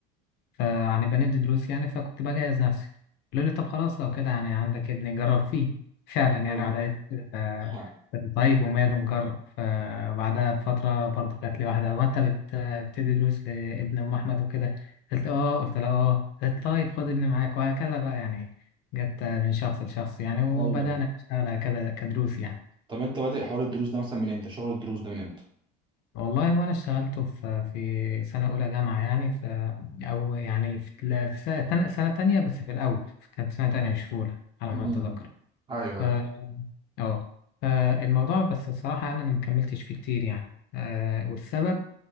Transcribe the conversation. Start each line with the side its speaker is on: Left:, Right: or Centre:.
Left: فهنبقى ندي دروس يعني فكنت بجهز نفسي قالوا لي طب خلاص لو كده يعني عندك ابني جرب فيه فعلا يعني
Right: ايوه
Left: قعد قالت لي، آه،
Right: آه،
Left: طيب وماله نجرب فبعدها بفترة برضه جات لي واحدة هو أنت بت... بتدي دروس لابن أم أحمد وكده قلت آه قلت لها آه قالت طيب خد ابني معاك وهكذا بقى يعني جت من شخص لشخص يعني وبدأنا
Right: ايوه
Left: نشتغل هكذا كدروس يعني
Right: طب انت بادئ حوار الدروس ده مثلا من امتى شغل الدروس ده من امتى
Left: والله هو انا اشتغلته في في سنه اولى جامعه يعني ف او يعني في لا، في سنه تان- سنه تانية بس في الاول كانت سنه تانية مش في اولى على
Right: امم
Left: ما اتذكر
Right: ايوه
Left: ف
Right: ايوه
Left: اه فالموضوع بس الصراحه انا أنا ما كملتش فيه كتير يعني آه والسبب